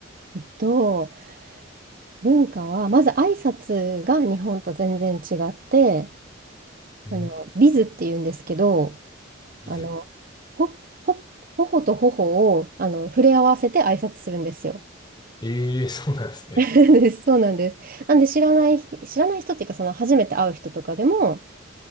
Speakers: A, on the right (about 45°); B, on the left (about 20°).
A: えっと、文化は、まず挨拶が日本と全然違って、
B: うん。
A: あの、ビズっていうんですけど、
B: ビズ。
A: あの、ほ、ほ、頬と頬を、あの、触れ合わせて挨拶するんですよ。
B: ええそうなんですね。
A: そうです、<laughs> そうなんです。なんで知らないひ、知らない人っていうか、その初めて会う人とかでも、